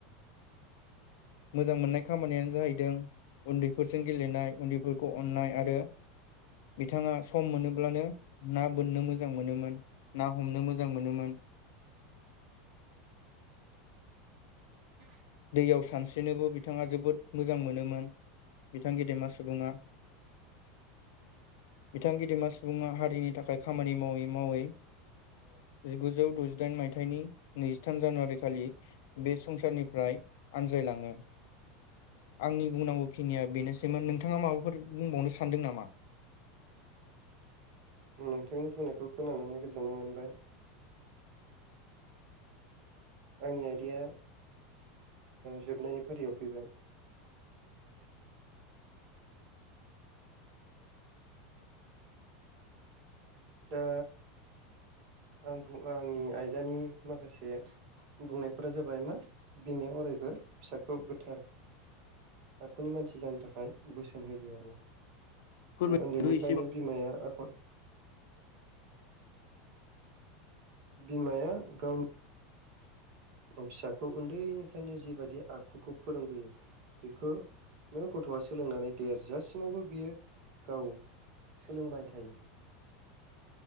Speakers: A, on the left (about 65°); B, on the right (about 55°).
A: मोजां मोननाय खामानियानो जाहैदों। उन्दैफोरजों गेलेनाय उन्दैफोरखौ अननाय आरो बिथाङा सम मोनोब्लानो ना बोननो मोजां मोनोमोन ना हमनो मोजां मोनोमोन। <inaudible>
B: <inaudible>
A: दैयाव सानस्रिनोबो बिथाङा जोबोद मोजां मोनोमोन बिथां गेदेमा सुबुङा। बिथां गेदेमा सुबुङा हारिनि थाखाय खामानि मावै मावै जिगुजौ द'जिदाइन मायथाइनि नैजिथाम जानुवारि खालि बे संसारनि फाय आनज्राय लाङो। आंनि बुंनांगौ खिनिया बेनोसैमोन नोंथाङा माबाफोर बुंबावनो सानदों नामा।
B: नोंथांनि बुंनायखौ खोनानानै गोजोननाय मोनबाय। आंनि आइदाया जोबनायनि फारियाव फैबाय
A: <inaudible>
B: दा आं बुं आंनि आयदानि माखासे बुंनायफोरा जाबाय मा बिमाया अरायबो फिसाखौ गोथार आखुनि मानसि जानो थाखाय बोसो थोन होयो आरो
A: फोरमायदो
B: उन्दैनिफ्रायनो
A: एसेबाबो
B: बिमाया आखल बिमाया गावनि फिसाखौ उन्दैनिफ्रायनो जिेबायदि आखुखौ फोरोंबोयो बेखौ नो गथ आ सोलोंनानै देरजासिमावबो बियो गाव सोलोंबाय थायो